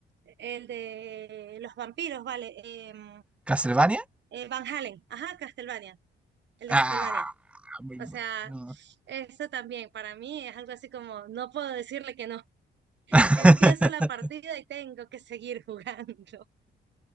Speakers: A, on the right (about 65°); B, in the centre.
A: el de los vampiros, vale, em,
B: ¿Castlevania?
A: eh, Van Halen, ajá, Castlevania, el
B: Ah,
A: de Castlevania.
B: muy
A: O
B: bueno.
A: sea, eso también para mí es algo así como, no puedo decirle que no.
B: <laughs>
A: Empieza la partida y tengo que seguir jugando. <laughs>